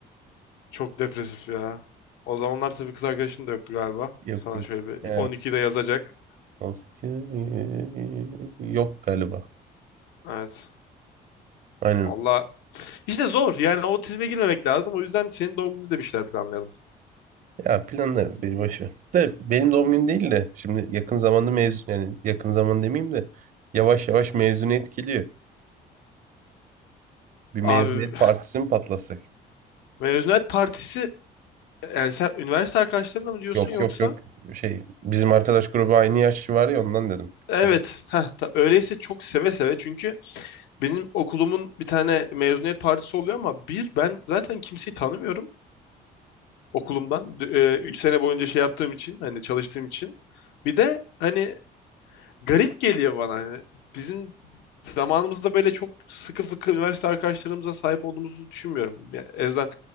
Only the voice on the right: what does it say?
Yok
yok.
E,
on sekiz 18 yok galiba.
Aynen.
Ya planlarız beni boş ver. De benim doğum günüm değil de şimdi yakın zamanda mezun yani yakın zaman demeyeyim de yavaş yavaş mezuniyet geliyor. Bir mezuniyet
partisi mi patlasak?
Yok
yok yok şey bizim arkadaş grubu aynı yaşlı var ya ondan dedim.
Yani,